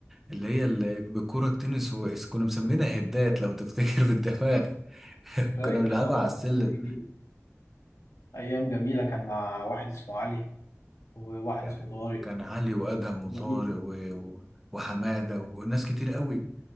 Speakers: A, in the centre; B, on the left.
A: اللي هي اللي بالكرة التنس وإس- كنا مسمينها هدات لو تفتكر بالدماغ <laughs>
B: فاكر
A: كنا بنلعبها
B: طبعا
A: على السلم
B: ده كان جميل ايام جميله كان مع واحد اسمه علي وواحد
A: ك-
B: اسمه طارق
A: كان علي وأدم وطارق
B: جميل
A: و... و- وحمادة وناس كتير قوي